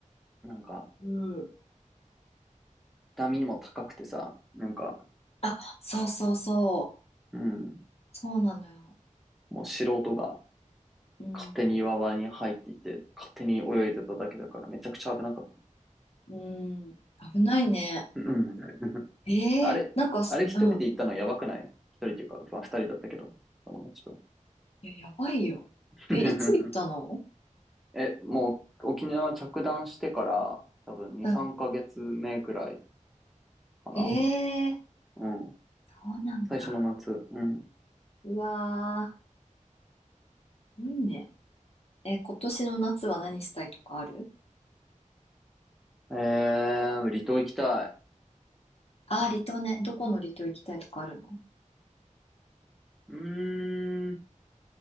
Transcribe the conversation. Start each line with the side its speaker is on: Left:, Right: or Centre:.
Centre: なんか、
Left: うん。
Centre: 波も高くてさ、なんか、
Left: あ、そうそうそう。
Centre: うん、
Left: そうなのよ。
Centre: もう素人が
Left: うん。
Centre: 勝手に岩場に入っていって、勝手に泳いでただけだから、めちゃくちゃ危なかっ
Left: うん。危ないね。
Centre: た。うん。<laughs>
Left: ええー、
Centre: あれ、
Left: なんかす、
Centre: あれ一人で行ったのやばくない一人っていうか、
Left: うん。
Centre: まあ、二人だったけど、友達と。
Left: え、やばいよ。
Centre: <laughs>
Left: え、いつ行ったの
Centre: え、もう沖縄着弾してから、多分2、
Left: うん。
Centre: 3ヶ月目くらいかな。
Left: ええー、
Centre: うん。
Left: そうなんだ。
Centre: 最初の夏。うん。
Left: うわー、すごいね。え、今年の夏は何したいとかある
Centre: えー、離島行きたい。
Left: ああー、離島ね。どこの離島行きたいとかあるの
Centre: うーん。